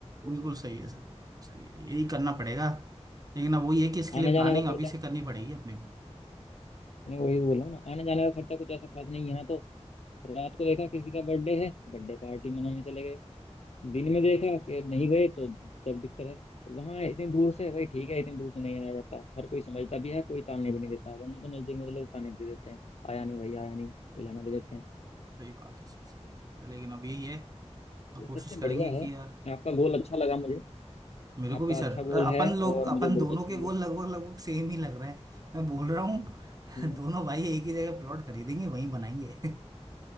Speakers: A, on the right; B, on the left.
A: बिल्कुल सही है सर बिल्कुल सही है यही करना पड़ेगा लेकिन अब वही है कि इसके
B: आने
A: लिए
B: जाने
A: प्लानिंग
B: का
A: अभी
B: खर्चा
A: से करनी पड़ेगी अपने को
B: मैं वही बोल रहा हूँ ना आने जाने का खर्चा कुछ ऐसा खास नहीं यहाँ तो रात को देखा किसी का बर्थडे है बर्थडे पार्टी मनाने चले गए दिन में देखा कि नहीं गए तो तब दिक्कत है वहां इतनी दूर से भाई ठीक है इतनी दूर से नहीं आया जाता हर कोई समझता भी है कोई ताने भी नहीं देता वरना तो नजदीक में तो लोग ताने भी दे देते हैं आया नहीं भाई आया नहीं बुलाना दे देते हैं
A: सही बात है सर सही बात है लेकिन अब यही है अब
B: तो
A: कोशिश
B: सबसे बढ़िया
A: करेंगे
B: है
A: कि यार
B: आपका गोल अच्छा लगा मुझे
A: मेरे
B: आपका
A: को भी सर
B: अच्छा गोल
A: अपन
B: है और
A: लोग अपन
B: मुझे बहुत
A: दोनों
B: अच्छा
A: के
B: लगा
A: गोल लगभग लगभग सेम ही लग रहे हैं मैं बोल रहा हूँ
B: हम्म।
A: <laughs> दोनों भाई एक ही जगह प्लॉट खरीदेंगे वहीं बनाएंगे <laughs>